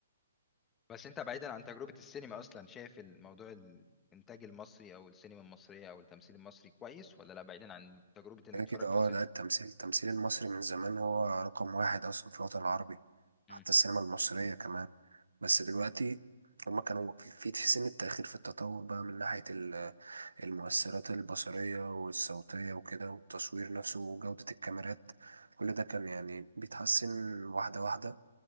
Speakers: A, on the left; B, on the right.
A: بس انت بعيدا عن تجربه السينما اصلا شايف الموضوع الانتاج المصري او السينما المصريه او التمثيل المصري كويس ولا لا بعيدا عن تجربه انك
B: كده
A: تتفرج
B: كده اه
A: في السينما
B: لا التمثيل التمثيل المصري من زمان هو رقم واحد أصلا في الوطن العربي
A: مم.
B: حتى السينما المصرية كمان بس دلوقتي هما كانوا في في في سن التأخير في التطور بقى من ناحية ال- المؤثرات البصرية والصوتية وكده والتصوير نفسه وجودة الكاميرات كل ده كان يعني بيتحسن واحدة واحدة